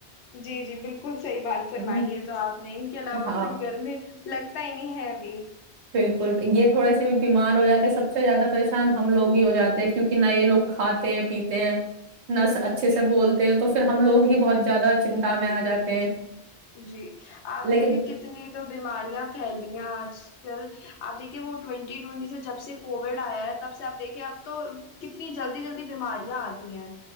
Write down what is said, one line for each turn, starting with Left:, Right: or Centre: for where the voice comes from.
Left: جی جی بالکل صحیح بات فرمائیے
Right: ہم،
Left: تو آپ نے ان کے علاوہ
Right: ہاں
Left: کوئی گھر میں لگتا ہی نہیں ہے ابھی
Right: بالکل یہ تھوڑے سے بھی بیمار ہو جاتے ہیں سب سے زیادہ پریشان ہم لوگ ہی ہو جاتے ہیں کیونکہ نہ یہ لوگ کھاتے ہیں پیتے ہیں نس اچھے
Left: جی
Right: سے بولتے ہیں تو پھر ہم لوگ ہی بہت زیادہ چنتا میں آ جاتے ہیں
Left: جی آپ
Right: لیکن
Left: دیکھیے کتنی تو بیماریاں پھیل رہیا آج کل اپ دیکے وہ ٹوینٹی ٹوینٹی سے جب سے کووڈ آیا ہے تب سے آپ دیکھیے اب تو کتنی جلدی جلدی بیماریاں آتی ہیں